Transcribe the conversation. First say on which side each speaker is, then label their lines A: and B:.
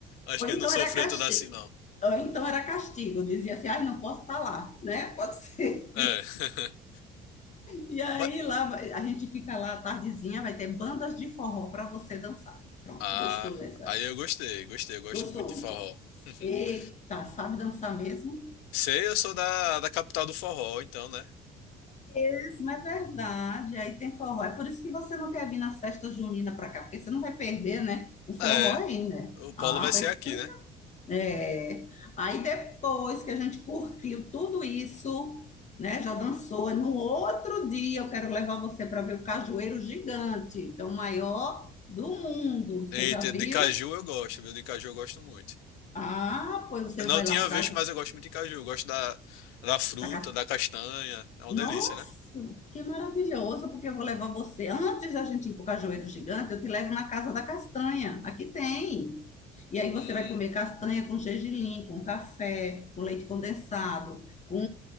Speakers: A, on the left; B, on the left.
A: Acho
B: Ou
A: que
B: então
A: ele não sofreu
B: era castigo,
A: tanto assim não.
B: ou então era castigo, dizia assim, ai, não posso estar lá, né? Pode ser.
A: É. <laughs>
B: E aí
A: Mas,
B: lá a gente fica lá à tardezinha, vai ter bandas de forró para você dançar. Pronto,
A: ah,
B: gostou dessa?
A: aí eu gostei, gostei, eu gosto
B: Gostou,
A: muito de forró.
B: não foi?
A: <laughs>
B: Eita, sabe dançar mesmo?
A: Sei, eu sou da, da capital do forró, então, né?
B: Isso, é verdade. Aí tem forró. É por isso que você não quer vir na festa junina para cá, porque você não vai perder, né? O forró
A: É,
B: aí, né?
A: o Paulo
B: Ah,
A: vai ser
B: tá explicado.
A: aqui, né?
B: É.
A: <laughs>
B: Aí depois que a gente curtiu tudo isso, né? Já dançou. No outro dia eu quero levar você para ver o Cajueiro Gigante, que é o maior do mundo. Você
A: Eita,
B: já viu?
A: de caju eu gosto, viu? De caju eu gosto muito.
B: Ah, pois você
A: Eu não
B: vai
A: tinha
B: lá pro Caju.
A: visto, mas eu gosto muito de caju. Eu gosto da, da fruta,
B: tá ca-
A: da castanha. É uma
B: Nossa,
A: delícia, né?
B: que maravilhoso, porque eu vou levar você. Antes da gente ir pro Cajueiro Gigante, eu te levo na Casa da Castanha. Aqui tem. E aí você
A: Hum,
B: vai comer castanha com gergelim, com café, com leite condensado, com